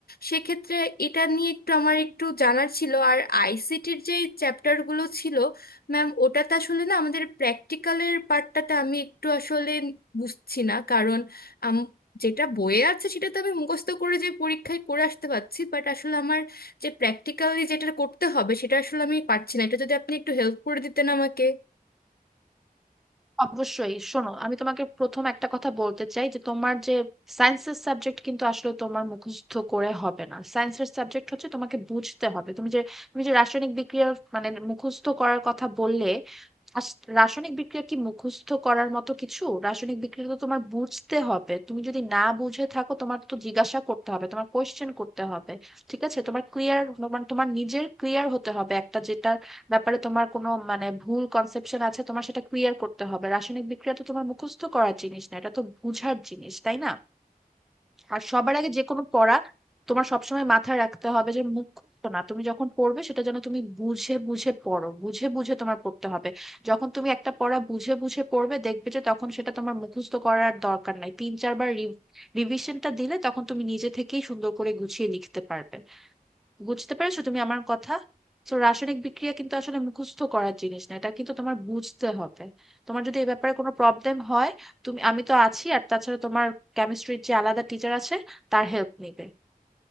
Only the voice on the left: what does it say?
সেক্ষেত্রে এটা নিয়ে একটু আমার একটু জানার ছিল আর আইসিটির যে চ্যাপ্টারগুলো ছিল ম্যাম ওটাতে আসলে না আমাদের প্র্যাকটিক্যালের পার্টটাতে আমি একটু আসলে বুঝছি না কারণ যেটা বইয়ে আছে সেটা তো আমি মুখস্থ করে যে পরীক্ষায় করে আসতে পারছি বাট আসলে আমার যে প্র্যাকটিক্যালি যেটা করতে হবে সেটা আসলে আমি পারছি না এটা যদি আপনি একটু হেল্প করে দিতেন আমাকে